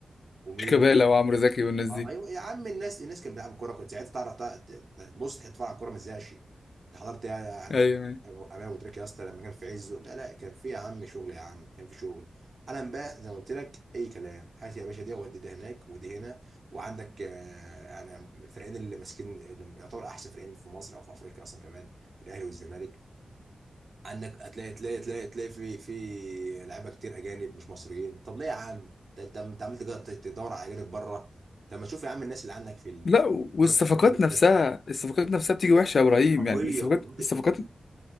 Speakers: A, on the right (about 55°); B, on the left (about 60°).
A: وميدو
B: شيكابالا وعمرو زكي والناس
A: آه،
B: دي
A: ايوه يا عم الناس الناس كانت بتلعب كوره كنت ساعتها تعرف تع- ت- بص تتفرج على الكوره ما تزهقش انت حضرت يعني
B: ايوه
A: امام ابو تريكه يا اسطى لما كان في عزه لا لا كان في يا عم شغل يا عم كان في شغل حالا بقى زي ما قلت لك اي كلام هات يا باشا دي ودي ده هناك ودي هنا وعندك آه، يعني الفريقين اللي ماسكين اللي يعتبر احسن فريقين في مصر او في افريقيا اصلا كمان الاهلي والزمالك عندك هتلاقي تلاقي تلاقي تلاقي في في لعيبه كتير اجانب مش مصريين طب ليه يا عم ده انت انت عمال تج- تدور على اجانب بره طب ما تشوف يا عم الناس اللي عندك في ال-
B: لا
A: في
B: والصفقات
A: الدرجه الثانيه والثالثه
B: نفسها الصفقات نفسها بتيجي وحشه يا ابراهيم
A: قويه
B: يعني الصفقات
A: وفي
B: الصفقات